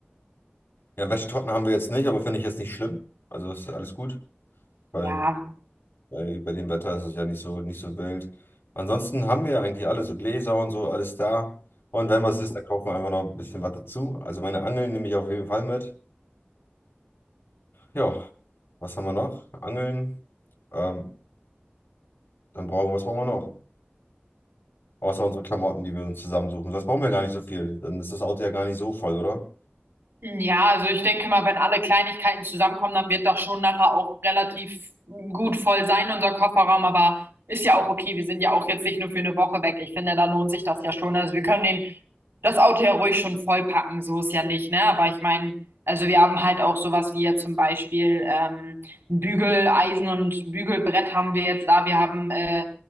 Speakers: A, on the left (about 80°); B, on the right (about 90°).
A: Ja, Wäschetrockner haben wir jetzt nicht, aber finde ich jetzt nicht schlimm. Also ist alles gut, weil
B: Ja,
A: bei, bei dem Wetter ist es ja nicht so, nicht so wild. Ansonsten haben wir ja eigentlich alles, so Gläser und so, alles da. Und wenn was ist, dann kaufen wir einfach noch ein bisschen was dazu. Also meine Angeln nehme ich auf jeden Fall mit. Ja, was haben wir noch? Angeln. Ähm, dann brauchen wir, was brauchen wir noch? Außer unsere Klamotten, die wir uns zusammensuchen. Sonst brauchen wir gar nicht so viel. Dann ist das Auto ja gar nicht so voll, oder?
B: Ja, also ich denke mal, wenn alle Kleinigkeiten zusammenkommen, dann wird das schon nachher auch relativ gut voll sein, unser Kofferraum. Aber ist ja auch okay. Wir sind ja auch jetzt nicht nur für eine Woche weg. Ich finde, da lohnt sich das ja schon. Also wir können den, das Auto ja ruhig schon vollpacken. So ist ja nicht, ne? Aber ich meine, also wir haben halt auch sowas wie jetzt zum Beispiel ähm, ein Bügeleisen und Bügelbrett haben wir jetzt da. Wir haben äh,